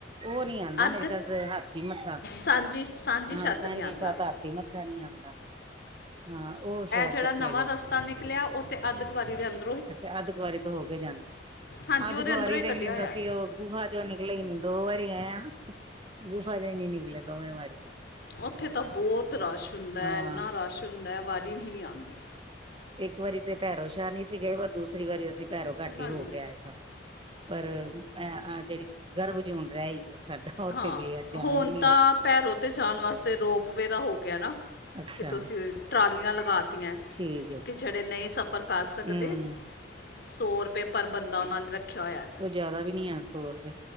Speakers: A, on the right; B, on the left.
A: ਔ ਨੀ ਆਂਦਾ
B: ਅੱਧ
A: ਮੇਰੇ ਖਿਆਲ ਚ ਤੇ ਹਾਥੀ ਮੱਥਾ
B: ਸਾਂਝੀ ਸਾਂਝੀ
A: ਹਾਂ
B: ਛੱਤ
A: ਹਾਂਜੀ
B: ਨਹੀਂ ਆਂਦਾ
A: ਸ਼ਾਇਦ ਹਾਥੀ ਮੱਥਾ ਨੀ ਆਂਦਾ। ਹਾਂ, ਉਹ ਸ਼ਾਇਦ
B: ਜੇੜਾ
A: ਕੱਟਿਆ
B: ਨਵਾਂ
A: ਗਿਆ
B: ਰਸਤਾ ਨਿਕਲਿਆ ਓਤੇ ਅੱਧ ਕੁਵਾਰੀ ਦੇ ਅੰਦਰ
A: ਅੱਛਾ ਅੱਧ ਕੁਵਾਰੀ ਤੋਂ ਹੋਕੇ ਜਾਂਦਾ,
B: ਹਾਂਜੀ
A: ਅੱਧ
B: ਉਹਦੇ
A: ਕੁਵਾਰੀ
B: ਅੰਦਰੋਂ ਹੀ
A: ਤੇ
B: ਕੱਢਿਆ
A: ਵੀ ਨੀ
B: ਹੋਇਆ
A: ਅਸੀਂ
B: ਹੈ।
A: ਔ ਗੁਫਾ ਚੋ ਨਿਕਲੇ ਈ ਨੀ, ਦੋ ਵਾਰੀ ਗਏ ਆਂ, ਗੁਫਾ ਚੋ ਹੀ ਨੀ ਨਿਕਲੇ, ਦੋਵੇਂ ਵਾਰੀ।
B: ਔਥੇ ਤਾਂ ਬਤ ਰਸ਼ ਹੁੰਦੈ,
A: ਹਾਂ।
B: ਐਨਾ ਰਸ਼ ਹੁੰਦੈ, ਵਾਰੀ ਨੀ ਹੀ ਆਂਦੀ।
A: ਇੱਕ ਵਾਰੀ ਤੇ ਭੈਰੋਸ਼ਾਹ ਨਹੀ ਸੀ ਗਏ, ਪਰ ਦੂਸਰੀ ਵਾਰੀ ਅਸੀ ਭੈਰੋ ਘੱਟੀ
B: ਹਾਂਜੀ
A: ਹੋਕੇ ਆਏ ਸਾਂ, ਪਰ ਐਂ ਆ, ਜਿਹੜੀ ਗਰਭਜੂਨ ਰੈ ਈ ਗਿਯਾ ਸਾਡਾ। ਉੱਥੇ
B: ਹਾਂ,
A: ਗਏ ਜਾਣ
B: ਹੁਣ
A: ਹੀ ਨੀ
B: ਤਾਂ
A: ਹੋਇਆ।
B: ਭੈਰੋ ਤੇ ਜਾਣ ਵਾਸਤੇ, ਰੋਪ ਵੇਰਾ ਹੋਗਿਆ ਨਾ।
A: ਅੱਛਾ।
B: ਕਿ ਤੁਸੀਂ, ਟਰਾਲੀਆਂ ਲਗਾਤੀਆਂ,
A: ਠੀਕ ਹੈ
B: ਕਿ ਜਿਹੜੇ ਨ ਈ ਸਫ਼ਰ ਕਰ ਸਕਦੇ
A: ਹਮ
B: ਸੌ-ਰਪਏ ਪਰ ਬੰਦਾ ਓਨਾਂ ਨੇ ਰੱਖਿਆ ਹੋਇਆ।
A: ਕੋਈ ਜ਼ਿਆਦਾ ਵੀ ਨੀ ਆ ਸੌ ਰੁਪਏ